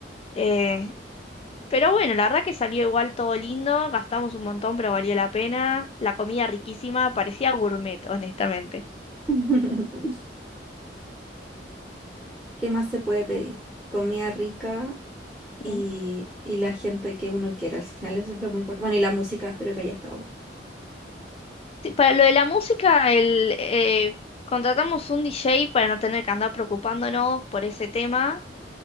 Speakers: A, on the left; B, in the centre.
A: Eh, pero bueno, la verdad que salió igual todo lindo, gastamos un montón, pero valió la pena. La comida riquísima, parecía gourmet, honestamente.
B: <laughs> ¿Qué más se puede pedir? Comida rica y,
A: Ah.
B: y la gente que uno quiera. Al final eso es lo más importante. Bueno, y la música, espero que haya estado
A: Sí, para lo de la música, el, eh, contratamos un DJ para no tener que andar preocupándonos por ese tema.